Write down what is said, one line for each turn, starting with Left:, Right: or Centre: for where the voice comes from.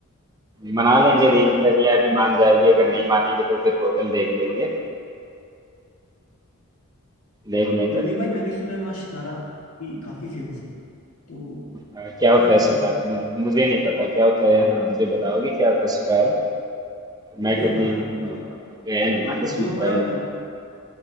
Right: मना लेंगे
Left: ठीक
Right: रि-
Left: ठीक
Right: रिया भी मान जाएगी अगर नहीं मानेगी तो फिर होटल देख लेंगे देख लेंगे
Left: परवीन भाई मैंने सुना है वहाँ शिकारा भी काफी फेमस है तो
Right: हाँ, क्या होता
Left: क्या लगता
Right: है शिकारा
Left: है आपको
Right: मुझ- मुझे नहीं पता क्या होता है हाँ मुझे बताओगी क्या होता है शिकारा मैं
Left: अरे
Right: कभी
Left: हाँ अ,
Right: गया नहीं ना कश्मीर
Left: जो हमारा
Right: पहले कभी